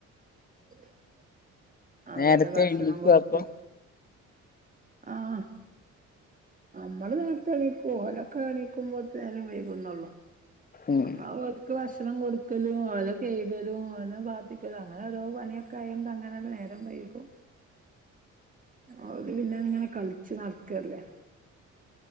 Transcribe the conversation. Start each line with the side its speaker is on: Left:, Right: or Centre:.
Right: <inaudible> അവരെ
Left: നേരത്തെ
Right: ഭക്ഷണം
Left: എണീക്കോ
Right: കൊടുക്ക്
Left: അപ്പൊ
Right: ആഹ് നമ്മള് നേരത്തെണീക്കും ഓലൊക്കെ എണിക്കുമ്പോത്തേന് നേരം വൈകുന്നുള്ളൂ
Left: ഉം
Right: നമ്മള ട്ടിക്ക് ഭക്ഷണം കൊട്ക്കലും ഓലെ കഴ്കലും ഓലെ പാത്തിക്കലും അങ്ങനൊരോ പണിയൊ ക്കായൊണ്ട അങ്ങനാണ്ട് നേരം വൈകും ഓല് പിന്നെങ്ങനെ കളിച്ച് നടക്കല്ലേ